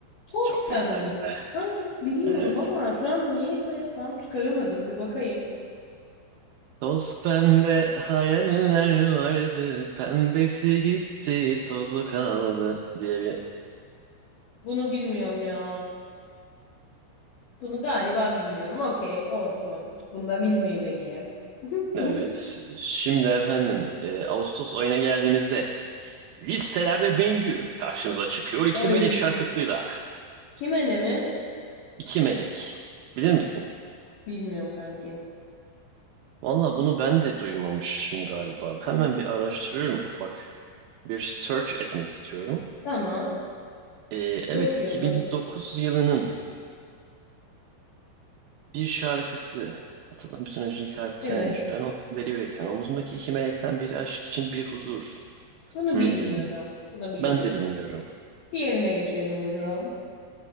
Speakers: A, on the left; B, on the right.
A: Toz
B: Çok
A: pembe.
B: popülerdi be.
A: Sanki biliyorum
B: Evet.
A: ama şu an niyeyse tam çıkaramadım. Bir bakayım.
B: Toz pembe hayaller vardı. Pembesi gitti, tozu kaldı diye bir...
A: Bunu bilmiyorum ya. Bunu galiba bilmiyorum. Okey, olsun. Bunu da bilmeyi vereyim. <laughs>
B: Evet. Şimdi efendim e, Ağustos ayına geldiğimizde listelerde Bengü karşımıza çıkıyor. İki
A: Oy.
B: Melek şarkısıyla.
A: Kime ne mi?
B: İki Melek. Bilir misin?
A: Bilmiyorum kanki.
B: Valla bunu ben de duymamışım galiba. Hemen bir araştırıyorum ufak. Bir search etmek istiyorum.
A: Tamam.
B: Ee, evet
A: Çok iyi
B: 2009
A: olur.
B: yılının bir şarkısı. Atadım bütün acıyı kalpten.
A: Evet.
B: Şüphen olmasın deli yürekten. Omuzumdaki iki melekten biri aşk için biri huzur.
A: Bunu
B: Hmm.
A: bilmiyorum. Bunu bilmiyorum.
B: Ben de bilmiyorum.
A: Diğerine geçelim hocam.